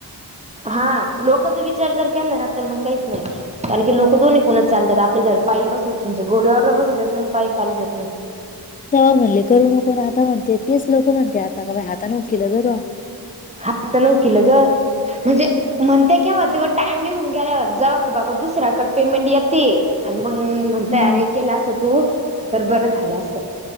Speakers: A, on the right; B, on the left.
A: हा लोकाचा विचार जर केल्या ना, तर मग काहीच नाही. कारण की लोक दोन्ही कुणच चालतात. आपण जर पायी बसू म्हणजे घोड्यावर बी बसू देत नाही आणि पायी चालू देत नाही.
B: तेव्हा म्हणले करू नको. आता म्हणते तेच लोकं म्हणते आता का बा हातान केलं ग त्वा.
A: हातानं व केलं ग. म्हणजे म्हणतेय केव्हा तेव्हा टाइम निघुन गेल्यावर जेव्हा की, बाबा दुसऱ्याकडे पेमेंट येते. आणि मग म्हणताय
B: हम्म
A: अरे केलं असं तू, तर बरं झालं असत.